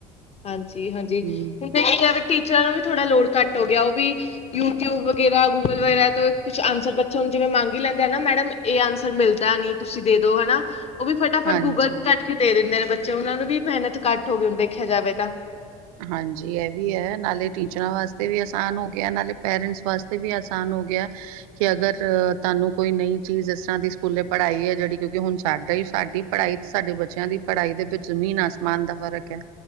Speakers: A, on the left; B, on the right.
A: ਹਾਂਜੀ ਹਾਂਜੀ।
B: ਹੂੰ,
A: ਵੇਖੀ ਜਾਵੇ ਟੀਚਰਾਂ ਨੂੰ ਵੀ ਥੋੜ੍ਹਾ ਲੋਡ ਘੱਟ ਹੋ ਗਿਆ ਉਹ ਵੀ ਯੂਟਿਊਬ ਵਗੈਰਾ ਗੂਗਲ ਵਗੈਰਾ ਤੋਂ ਕੁਛ ਆਂਸਰ ਬੱਚੇ ਹਨ ਜਿਵੇਂ ਮਾਂਗ ਲੈਂਦੇ ਨਾ ਮੈਡਮ। ਇਹ ਆਂਸਰ ਮਿਲਦਾ ਨਹੀਂ ਤੁਸੀਂ ਦੇ ਦੋ ਹਨਾ। ਉਹ ਵੀ ਫਟਾਫਟ
B: ਹਾਂਜੀ।
A: ਗੂਗਲ ਕੱਢ ਕੇ ਦੇ ਦਿੰਦੇ ਨੇ ਬੱਚੇ ਉਹਨਾਂ ਨੂੰ ਵੀ ਮਿਹਨਤ ਘੱਟ ਹੋਵੇ ਦੇਖਿਆ ਜਾਵੇ ਤਾਂ।
B: ਹਾਂਜੀ ਇਹ ਵੀ ਹੈ ਨਾਲੇ ਟੀ ਬੱਚਿਆਂ ਵਾਸਤੇ ਵੀ ਆਸਾਨ ਹੋ ਗਿਆ ਨਾਲੇ ਪੇਰੈਂਟਸ ਵਾਸਤੇ ਵੀ ਆਸਾਨ ਹੋ ਗਿਆ। ਕਿ ਅਗਰ ਤੁਹਾਨੂੰ ਕੋਈ ਨਈ ਚੀਜ਼ ਇਸ ਤਰ੍ਹਾਂ ਦੀ ਸਕੂਲੇ ਪੜ੍ਹਾਈ ਹੈ ਜਿਹੜੀ ਕਿਉਂਕਿ ਹੁਣ ਸਾਡਾ ਹੀ ਸਾਡੀ ਪੜ੍ਹਾਈ ਸਾਡੇ ਬੱਚਿਆਂ ਦੀ ਪੜ੍ਹਾਈ ਦੇ ਵਿੱਚ ਜ਼ਮੀਨ ਆਸਮਾਨ ਦਾ ਫ਼ਰਕ ਹੈ।